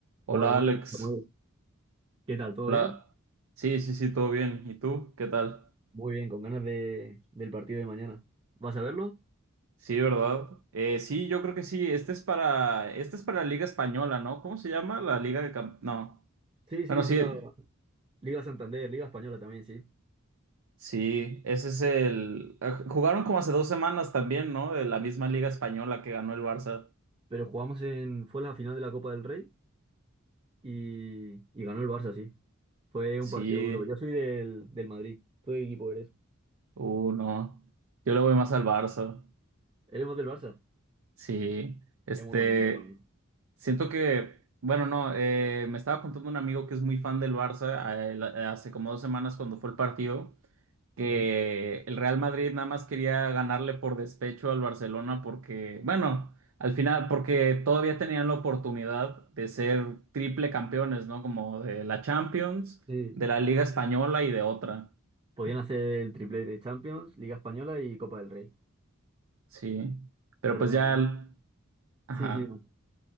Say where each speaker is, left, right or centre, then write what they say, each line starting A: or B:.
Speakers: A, on the right; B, on the right.
A: Hola
B: Hola, buenas
A: Alex,
B: noches, Samuel. ¿Qué tal? ¿Todo
A: hola.
B: bien?
A: Sí, sí, sí, todo bien. ¿Y tú? ¿Qué tal?
B: Muy bien, con ganas de, del partido de mañana. ¿Vas a verlo?
A: Sí, ¿verdad? Eh, sí, yo creo que sí. Este es para, este es para la Liga Española, ¿no? ¿Cómo se llama? La Liga de Camp... No.
B: Sí, sí,
A: Bueno, sí,
B: Liga, Liga Santander, Liga Española también, sí.
A: sí, ese es el... ah, Jugaron como hace dos semanas también, ¿no? De la misma Liga Española que ganó el Barça.
B: Pero jugamos en, fue la final de la Copa del Rey y, y ganó el Barça, sí. Fue
A: Sí,
B: un partido duro. Yo soy del, del Madrid. ¿Tú de qué equipo eres?
A: uh, no. Yo le voy más al Barça.
B: ¿Eres del Barça?
A: Sí, este...
B: Es muy buen equipo también.
A: Siento que, bueno, no, eh, me estaba contando un amigo que es muy fan del Barça eh, la- eh, hace como dos semanas cuando fue el partido, que
B: Ujú.
A: el Real Madrid nada más quería ganarle por despecho al Barcelona porque, bueno, al final, porque todavía tenían la oportunidad de ser triple campeones, ¿no? Como de la Champions,
B: Sí.
A: de la Liga Española y de otra,
B: Podían hacer el triplete de Champions, Liga Española y Copa del Rey.
A: sí. Pero
B: Pero
A: pues
B: de
A: ya,
B: momento.
A: ajá,
B: Sí, sí. no.